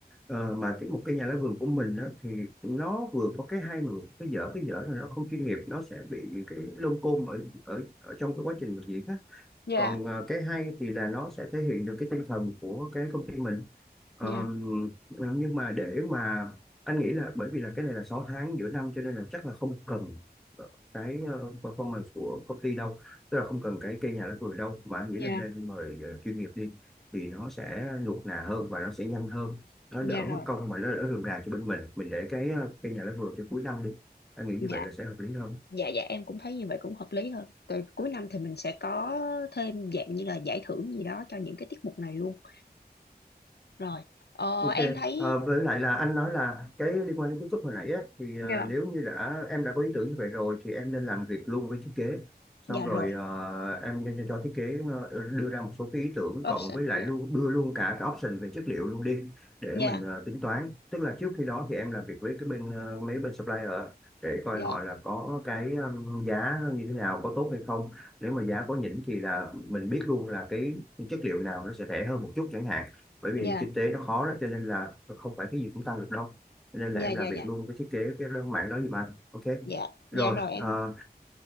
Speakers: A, in the centre; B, on the left.
A: Ờ, mà tiếp một cái nhà lá vườn của mình á, thì nó vừa có cái hay mà vừa có cái dở cái dở là nó không chuyên nghiệp nó sẽ bị cái lông côm ở ở ở trong cái quá trình làm diễn á
B: dạ
A: còn ờ, cái hay thì là nó sẽ thể hiện được cái tinh thần của cái công ty mình Ờ,
B: dạ
A: nhưng mà để mà anh nghĩ là bởi vì là cái này là 6 tháng giữa năm cho nên là chắc là không cần ờ, cái ờ, performance của công ty đâu tức là không cần cái cây nhà lá vườn đâu mà anh
B: dạ
A: nghĩ là nên mời ờ, chuyên nghiệp đi thì nó sẽ nuột nà hơn và nó sẽ nhanh hơn nó
B: dạ
A: đỡ
B: rồi
A: mất công mà nó đỡ rườm rà cho bên mình mình để cái ờ, cây nhà lá vườn cho cuối năm đi anh nghĩ như
B: dạ
A: vậy là sẽ hợp lý hơn
B: dạ dạ em cũng thấy như vậy cũng hợp lý hơn rồi cuối năm thì mình sẽ có thêm dạng như là giải thưởng gì đó cho những cái tiết mục này luôn rồi ờ,
A: Ok,
B: em thấy
A: ờ, với lại là anh nói là cái liên quan đến kiến trúc hồi nãy á, thì
B: dạ
A: ờ, nếu như đã em đã có ý tưởng như vậy rồi thì em nên làm việc luôn với thiết kế. Xong
B: dạ
A: rồi
B: rồi
A: ờ, em nên cho thiết kế ờ, đưa ra một số cái ý tưởng
B: option
A: cộng với lại
B: dạ
A: luôn đưa luôn cả cái option về chất liệu luôn đi để
B: dạ
A: mình ờ, tính toán. Tức là trước khi đó thì em làm việc với cái bên ờ, mấy bên supplier để coi
B: dạ
A: họ là có cái ờ, giá như thế nào, có tốt hay không. Nếu mà giá có nhỉnh thì là mình biết luôn là cái chất liệu nào nó sẽ rẻ hơn một chút chẳng hạn bởi vì
B: dạ
A: kinh tế nó khó đó cho nên là không phải cái gì cũng tăng được đâu cho nên
B: dạ
A: là em
B: dạ
A: làm việc
B: dạ
A: luôn cái thiết kế cái mảng đó gì mà ok
B: dạ
A: rồi
B: dạ rồi em
A: Ờ,